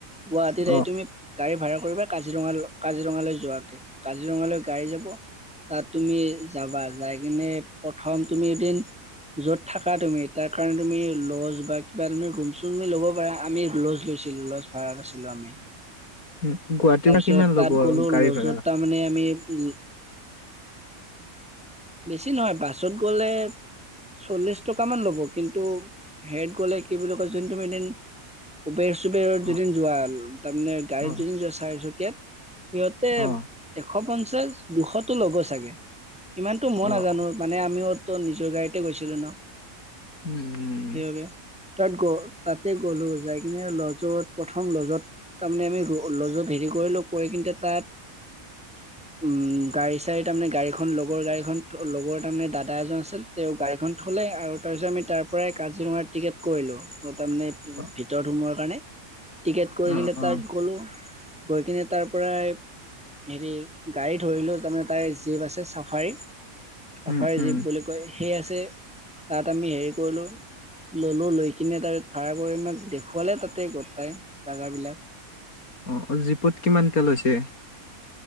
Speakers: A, in the centre; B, on the left.
A: গুৱাহাটীত আহি
B: অ'।
A: তুমি গাড়ী ভাড়া কৰিবা কাজিৰঙা কাজিৰঙালৈ যোৱাকে, কাজিৰঙালৈ গাড়ী যাব। তাত তুমি যাবা, যাই কিনে প্ৰথম তুমি এদিন য'ত থাকা তুমি তাৰ কাৰণে তুমি ল'জ বা কিবা তুমি ৰুম-চুম ল'ব পাৰা, আমি লজ লৈছিলো, লজ ভাড়াত আছিলো আমি।
B: উম, গুৱাহাটীৰ
A: তাৰপিছত
B: পৰা কিমান
A: তাত
B: ল'ব
A: গ'লো
B: গাড়ী
A: লজত
B: ভাড়া?
A: তাৰমানে আমি উম,
B: <unintelligible>
A: বেছি নহয়, বাছত গ'লে চল্লিশ টকামান ল'ব, কিন্তু হেত গলে কি বুলি কয় যোন তুমি এদিন উবেৰ-চোবেৰত
B: অ',
A: যদিন যোৱা, তাৰমানে গাড়ীত
B: অ',
A: যদি যোৱা চাৰিচকীয়াত। সিহঁতে
B: অ',
A: এশ পঞ্চাশ, দুশতটো ল'ব চাগে। ইমানতো মই
B: অ',
A: নাজানো মানে আমিওতো নিজৰ গাড়ীতে গৈছিলো ন'।
B: উম, উম,
A: সেই বাবে। তাত গ, তাতে গলো, যাই কিনে লজত, প্ৰথম লজত তাৰমানে আমি লজত হেৰি কৰিলো, কৰি কিনটে তাত
B: <inaudible>
A: উম, গাড়ী-চাড়ী তাৰমানে গাড়ীখন লগৰ গাড়ীখন লগৰ তাৰমানে দাদা এজন আছিল। তেওঁ গাড়ীখন থলে, আৰু তাৰ পিছত আমি তাৰ পৰাই কাজিৰঙাৰ টিকেট কৰিলো। অ তাৰমানে উম,
B: অ',
A: ভিতৰত সোমোৱাৰ কাৰণে, টিকেট কৰি
B: অ',
A: কিনে তাত
B: অ',
A: গলো, গৈ কিনে তাৰ পৰাই হেৰি গাড়ী ধৰিলো, তাৰমানে তাই জীপ আছে, চাফাৰী। চাফাৰ
B: উম, উম,
A: জীপ বুলি কয়, সেই আছে, তাত আমি হেৰি কৰিলো। ললো, লৈ কিনে তাৰে ভাড়া কৰিম দেখুৱালে তাতে গোটাই জাগাবলাক।
B: অ', অ', জীপত কিমানকে লৈছে?